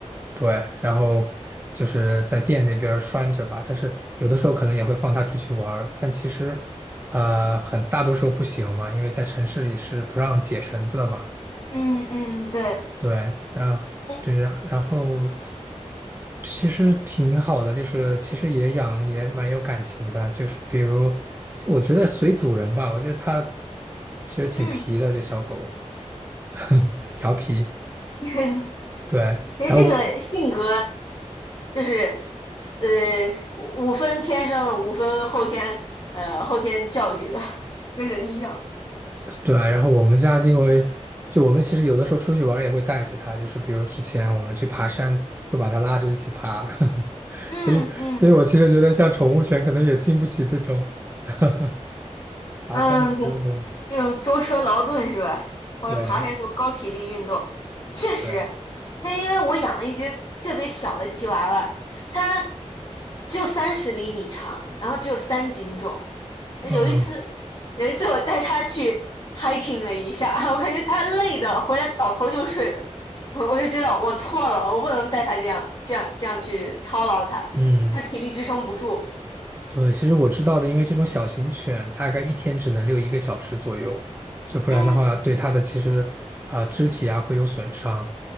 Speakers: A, on the right; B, on the left.
A: 对，然后就是在店那边儿拴着吧，但是有的时候可能也会放它出去玩儿，但其实，啊，很大多数不行嘛，因为在城市里是不让解绳子的嘛。
B: 嗯嗯，对，
A: 对，然后对，
B: 哎
A: 然然后其实挺好的，就是其实也养也蛮有感情的，就是比如，就我觉得随主人吧，我觉得它其实挺皮的，
B: 嗯，
A: 这小狗 <laughs> 调皮。
B: <laughs> 哎，
A: 对，然后。
B: 这个性格就是呃五分天生的，五分后天呃后天教育的，<laughs> 跟人一样。
A: 对，然后我们家因为就我们其实有的时候出去玩儿也会带着它，就是比如之前我们去爬山，都把它拉着一起爬，<laughs>
B: 嗯嗯
A: 所以所以我其实觉得像宠物犬可能也经不起这种 <laughs> 爬山的折磨。
B: 嗯，这种舟车劳顿是吧？或者爬山这种高体力运动，
A: 对
B: 确实。
A: 对，
B: 但因为我养了一只特别小的吉娃娃，它只有三十厘米长，然后只有三斤重。那有一次，
A: 嗯
B: 有一次我带它去 hiking 了一下，<laughs> 我感觉它累的回来倒头就睡。我我就知道我错了，我不能带它这样这样这样去操劳它，
A: 嗯，
B: 它体力支撑不住。
A: 对，其实我知道的，因为这种小型犬大概一天只能遛一个小时左右，就不然的话对它的其实啊、
B: 嗯，
A: 肢体啊会有损伤。